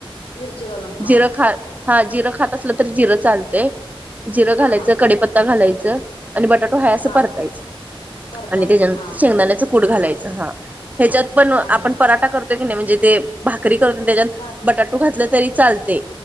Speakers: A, on the left; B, on the right.
A: मिरची घालून हा
B: जिरं खात हा जिरं खात असलं तरी जिरं चालतंय जिरं
A: हा
B: घालायचं
A: हा
B: कडेपत्ता घालायचं. आणि बटाटू हाय असं
A: हा
B: परतायच.
A: परतायचं
B: आणि त्याच्यानंतर
A: हा
B: शेंगदाण्याच
A: हा
B: कूट घालायचं हा ह्याच्यात पण आपण
A: हा
B: पराठा करतो. म्हणजे ते भाकरी करतो त्याच्यात
A: भाक
B: बटाटू घातलं तरी चालतय.